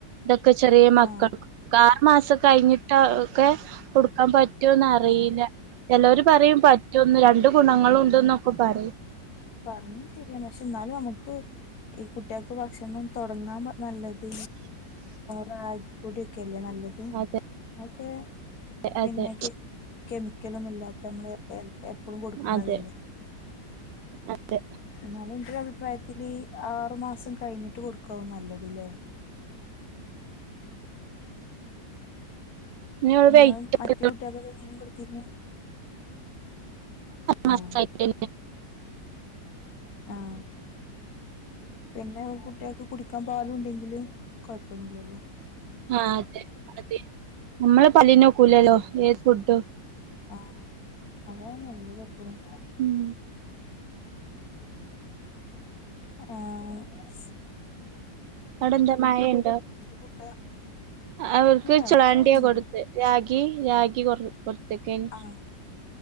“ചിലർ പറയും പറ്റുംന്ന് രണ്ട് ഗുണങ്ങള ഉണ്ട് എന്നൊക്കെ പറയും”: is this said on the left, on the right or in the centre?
Right